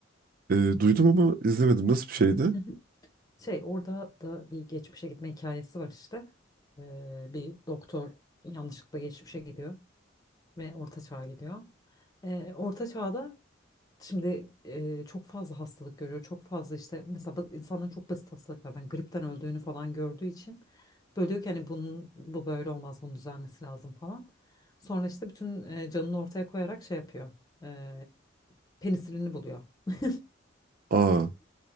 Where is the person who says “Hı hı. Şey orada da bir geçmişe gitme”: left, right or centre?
Left